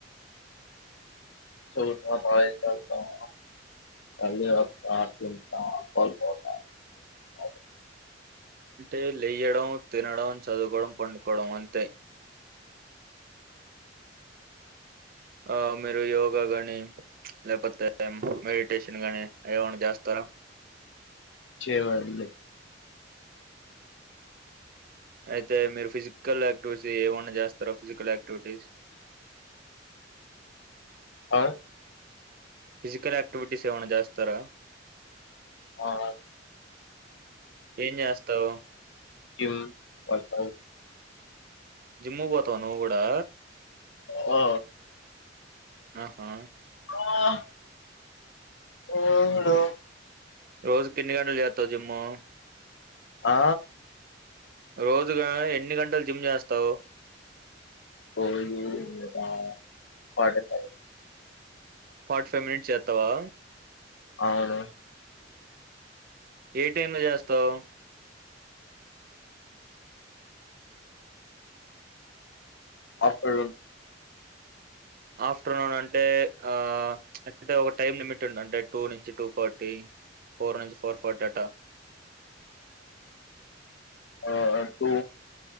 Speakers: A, on the left; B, on the right.
A: <unintelligible>
B: అంటే లేయడం, తినడం, చదువుకోవడం పండుకోవడం. అంతే ఆ మీరు యోగా గాని లేకపోతే మెడిటేషన్ తినగానే ఏమనా చేస్తారా
A: చేమేడం
B: అయితే మీరు ఫిజికల్ యాక్టివిటీ ఏమైన్నా చేస్తార ఫిజికల్ యాక్టి టూ వీటిస్
A: ఆ
B: ఫిజికల్ యాక్టివిటీస్ ఏమైనా చేస్తారా
A: <unintelligible>
B: ఏం చేస్తావు?
A: జిమ్ పడతావ్
B: జిమ్ పోతావా నువ్వు కూడా
A: ఓ
B: ఆహా
A: ఆఓ <unintelligible>
B: రోజుకు ఎన్ని గంటలు చేస్తావు జిమ్ము
A: ఆ
B: రోజుగా ఎన్ని గంటలు జిమ్ చేస్తావు.
A: <unintelligible>
B: ఫార్టీ ఫైవ్ మినిట్స్ చేత అత్తవా
A: అవును
B: ఏ టైమ్ లో చేస్తావు.
A: ఆఫ్టేర్నూన్
B: ఆఫ్టర్నూన్ అంటే ఆ అంటే ఒక టైమ్ లిమిట్ ఉంది. అంటే టూ నుంచి టూ ఫార్టీ, ఫోర్ నుంచి ఫోర్ ఫార్టీ అంటా
A: ఆ టూ